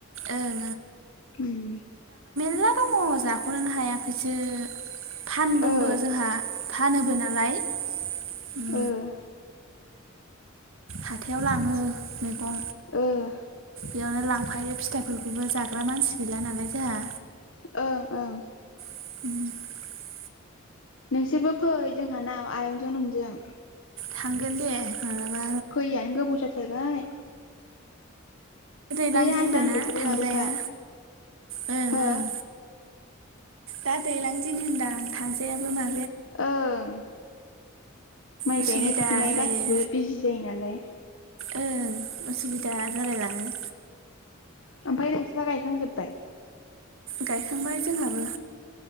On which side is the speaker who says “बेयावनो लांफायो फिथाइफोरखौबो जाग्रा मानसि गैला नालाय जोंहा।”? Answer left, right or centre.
Right